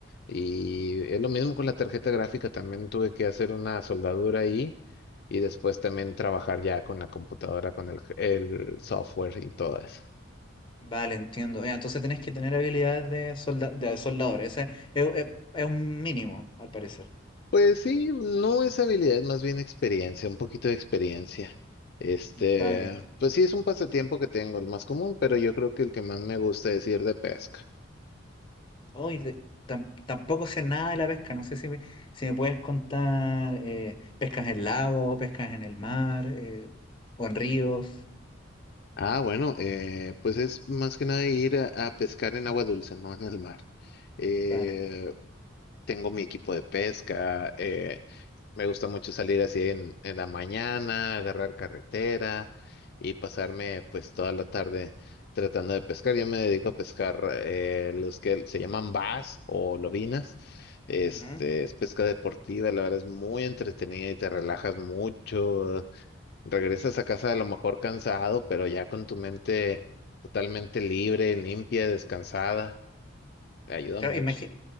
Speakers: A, on the left; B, on the left.
A: y es lo mismo con la tarjeta gráfica, también tuve que hacer una soldadura ahí y después también trabajar ya con la computadora, con el, el software y todo eso.
B: vale, entiendo. Ya, entonces tenés que tener habilidades de, solda- de soldador. Ese es, es- es un mínimo, al parecer.
A: Pues sí, no es habilidad, más bien experiencia, un poquito de experiencia. Este,
B: Vale.
A: pues sí, es un pasatiempo que tengo, el más común, pero yo creo que el que más me gusta es ir de pesca.
B: Oh, y de- tam- tampoco sé nada de la pesca, no sé si me, si me puedes contar eh, pescas en lago, pescas en el mar eh, o en ríos.
A: Ah, bueno, eh, pues es más que nada ir a, a pescar en agua dulce, no en el mar. Eh,
B: Vale.
A: tengo mi equipo de pesca, eh, me gusta mucho salir así en, en la mañana, agarrar carretera y pasarme pues toda la tarde tratando de pescar. Yo me dedico a pescar eh, los que se llaman bass o lobinas. Este,
B: Ujú.
A: es pesca deportiva, la verdad es muy entretenida y te relajas mucho. Regresas a casa a lo mejor cansado, pero ya con tu mente totalmente libre, limpia, descansada. Te Ayuda
B: Claro,
A: mucho.
B: imagi-